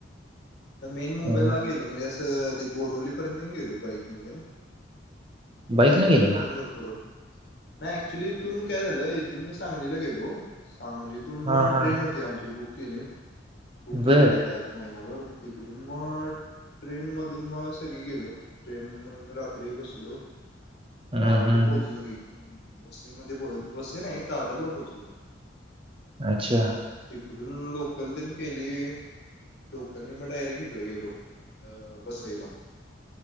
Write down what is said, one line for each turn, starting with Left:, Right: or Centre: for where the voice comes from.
Left: मेन मुंबईला
Right: हम्म
Left: गेलो म्हणजे आस त ते बोरवली पर्यंत गेलो बाईकन तेन
Right: बाईक
Left: ये
Right: न
Left: गर्मी
Right: गेलेला
Left: भरपूर ओ नाही ऍक्च्युली इथून काय झालं, इथून मी सांगलीला गेलो सांगलीतून
Right: हा
Left: मग
Right: हा
Left: ट्रेन होती, आमची बुक केले बुक
Right: बर
Left: केलेली होती आधी महि गेल्यावर तिकडून म ट्रेन मध धून म सगळी गेलो ट्रेन मग रात्री बसलो.
Right: हम्म
Left: पहाटे
Right: हम्म
Left: पोचलो
Right: हम्म
Left: की वसइमध्ये <unintelligible> वसइ नाइ, दादरला पोचलो.
Right: अच्छा.
Left: तीकडून लोकल तेन केली लोकलने मग डायरेक्ट इकडे गेलो अं वसईला.